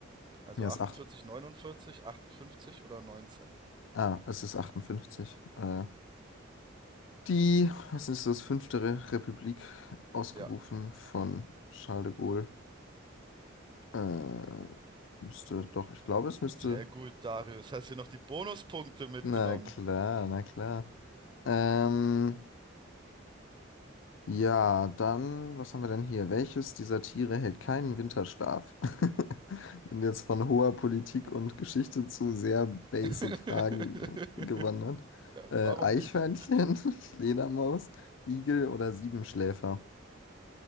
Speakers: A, on the right; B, on the left.
A: Also
B: Ja,
A: achtundvierzig,
B: es ist acht,
A: neunundvierzig, achtundfünfzig oder 19.
B: ah, es ist achtundfünfzig Äh, die, was ist das, fünfte Re Republik, ausgerufen
A: Ja,
B: von Charles de Gaulle. Äh, müsste, doch, ich glaube, es müsste.
A: sehr gut, Darius. Hast du noch die Bonuspunkte mitgenommen?
B: Na klar, na klar. Ähm, ja, dann, was haben wir denn hier? Welches dieser Tiere hält keinen Winterschlaf? <laughs> Sind jetzt von hoher Politik und Geschichte zu sehr basic
A: <laughs>
B: Fragen gewandert.
A: Ja,
B: Äh,
A: warum
B: Eichhörnchen,
A: nicht?
B: <laughs> Fledermaus, Igel oder Siebenschläfer?